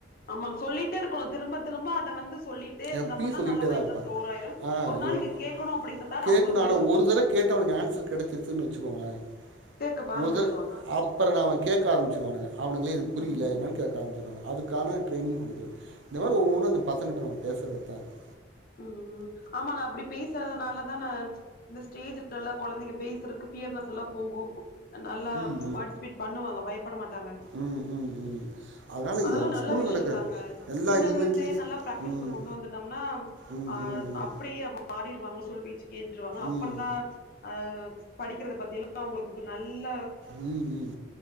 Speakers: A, on the left; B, on the right.
A: ஆமாங் சொல்லிட்டே இருக்கணூ திரும்ப திரும்ப அத வந்து வந்து சொல்லிட்டே இருந்தம்ன்னா
B: எப்பயு சொல்லிக்கிட்டே
A: நல்லா மைண்ட்ல
B: தா இருப்பே
A: ஸ்டோர் ஆயிரூ
B: ஆ
A: ஒரு நாளைக்கு
B: இவனுக்கு
A: கேட்கணு அப்பிடின்ற தாட்
B: கேட்கணு
A: அவங்களுக்குள்ளே
B: ஆனா
A: வரூ
B: ஒரு தடவ கேட்டு அவனுக்கு ஆன்சர் கிடைச்சிருச்சன்னு வச்சுக்கோங்களே
A: கேட்க ஆரம்பிச்சிருவாங்க
B: ஒர் தர அப்புற அவன் கேட்க ஆரமிச்சிருவானங்க அவனுங்களே இது புரியல
A: ம்
B: என்னன்னு கேட்க ஆரமிச்சுடுவாங்க அதுக்கான ட்ரைனிங் கொடுக்கிறது இந்த மாதிரி ஒவ்வொன்னா இத பசங்கிட்டா பேசுறது தா இருக்
A: ம் ஆமா நா அப்டி பேசாதனால தா நா இந்த ஸ்டேஜ்ஸ்லா குழந்தைங்க பேசுறதுக்கு ஃபியர்னஸ் எல்லா போகூ அ நல்லா
B: ம்
A: பார்டிசிபேட் பண்ணுவாங்க பயப் பட மாட்டாங்க
B: ம் ம் ம் ம் அதனால
A: அது எல்லா
B: அங்க
A: நல்ல
B: ஸ்கூல்ல
A: விஷயோ
B: நடக்கிற
A: தாங்க
B: எல்லா
A: சின்னதுல
B: ஈவெண்ட்லயும்
A: இருந்தே நல்லா பிராக்டிஸ்க்கு
B: ம்
A: கொண்டு வந்துட்டோம்ன்னா
B: ம்
A: அ
B: ம் ம்
A: அப்படியே அவங் மாறிடுவாங்க சொல்லு பேட்ச்சு கேட்டுறுவாங்க அப்புறந்தா
B: ம் ம்
A: அ படிக்கிறத பத்தி எல்லா அவங்களுக்கு நல்ல
B: ம் ம்